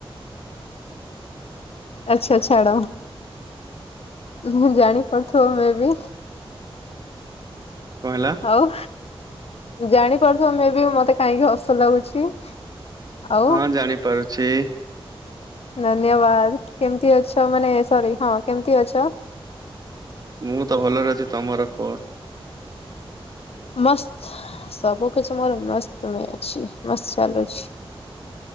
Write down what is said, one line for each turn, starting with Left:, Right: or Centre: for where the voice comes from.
Left: ଆଛା ଛାଡ। ମୁଁଜାଣି ପାରୁଥିବ ମେ ବି।
Right: କଣ ହେଲା?
Left: ହଉ ଜାଣିପାରୁଥିବମେ ବି ମତେ କାହିଁକି ହସ ଲାଗୁଛି। ଆଉ
Right: ହଁ ଜାଣି ପାରୁଛି।
Left: ଧନ୍ୟବାଦ କେମତି ଅଛ ମାନେ ସରି ହଁ କେମତି ଅଛ।
Right: ମୁଁ ତ ଭଲରେ ଅଛି ତମର କୁହ।
Left: ମସ୍ତ ସବୁ କିଛି ମୋର ମସ୍ତମେ ଅଛି ମସ୍ତ ଚାଲୁଛି।